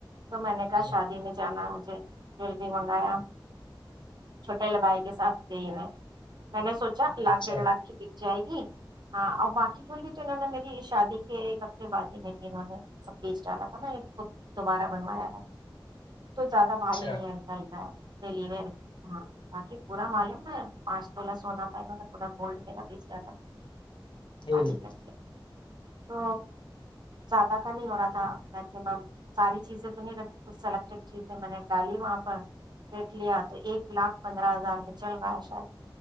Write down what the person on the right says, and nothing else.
تو میں نے کہا
شادی میں جانا مھ جویلری منگایا چھوٹے ل بائی کے ساتھ گئی میں <unintelligible> میں نے سوچا لاکھ
ڈیڑ لاکھ کی بک جائے گی ہاں اور باقی پ بھی تو انہوں نے میری شادی ایک ہفتے بد ہی میری انہوں نے سب بیچ ڈالا تھا نا کو دوبارہ بنوایا انوں نے تو زیادہ بھاری
نہیں ہے ہلکا ہلکا چلی ہاں باقی پورا معلوم ہے پانچ تولہ سونا پ گا پورا گولڈ م گا بیس ڈ
آ نہیں
کر تو زیادہ کا نہیں ہو رہا تھا میکسمم ساری چیزیں تو نہیں رکھی کچھ سلیکٹیڈ چیزیں میں نے ڈالی وہاں پر ریٹ لیا تو ایک لاکھ پندرہ ہزار میں چل رہا ہے شاید